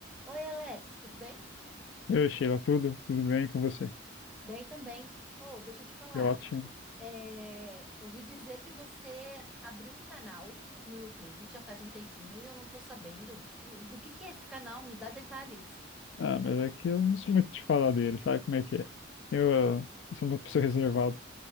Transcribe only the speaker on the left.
Oi, Sheila, tudo? Tudo bem com você?
Que ótimo.
Ah, mas é que eu não sou muito de falar dele, sabe como é que é? Eu, ah, sou uma pessoa reservada,